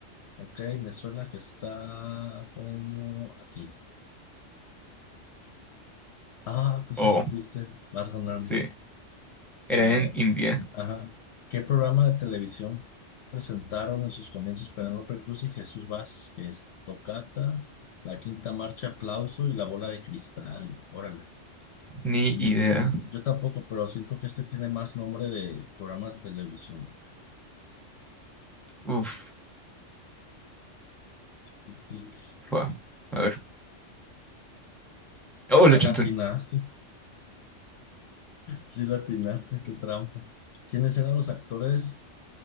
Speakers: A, on the left (about 65°); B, in the centre.
A: Ok, me suena que está como aquí. Ah, tú sí
B: Oh,
A: supiste. Vas ganando.
B: sí. Era
A: A ver,
B: en India.
A: Ajá. ¿Qué programa de televisión presentaron en sus comienzos Penélope Cruz y Jesús Vázquez? Tocata, La Quinta Marcha, Aplauso y La Bola de Cristal. Órale.
B: Ni
A: Mm,
B: idea.
A: yo tampoco, pero siento que este tiene más nombre de programa de televisión.
B: Uf.
A: Tic, tic.
B: fua. A ver. Oh, lo
A: Ah, latinaste.
B: chunté.
A: <laughs> Sí, latinaste, qué trampa. ¿Quiénes eran los actores